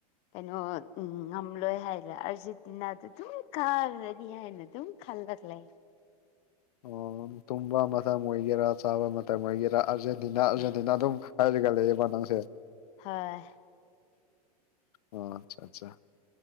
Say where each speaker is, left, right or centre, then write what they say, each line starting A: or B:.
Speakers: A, on the left; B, on the left.
A: ꯀꯩꯅꯣ ꯎꯝ ꯉꯝꯂꯣꯏ ꯍꯥꯏꯔ ꯑꯔꯖꯦꯟꯇꯤꯅꯥꯗꯨ ꯑꯗꯨꯝ ꯀꯥꯔꯗꯤ ꯍꯥꯏꯌꯦꯅ ꯑꯗꯨꯝ ꯈꯜꯂ ꯂꯩ
B: ꯑꯣ ꯇꯨꯝꯕ ꯃꯇꯝ ꯑꯣꯏꯒꯦꯔꯥ ꯆꯥꯕ ꯃꯇꯝ ꯑꯣꯏꯒꯦꯔꯥ ꯑꯥꯔꯖꯦꯟꯇꯤꯅꯥ ꯑꯥꯔꯖꯦꯟꯇꯤꯅꯥ ꯑꯗꯨꯝ ꯍꯥꯢꯔꯜ ꯂꯩꯌꯦꯕ ꯅꯪꯁꯦ
A: ꯍꯣꯏ
B: ꯑꯥ ꯑꯆꯥ ꯑꯆꯥ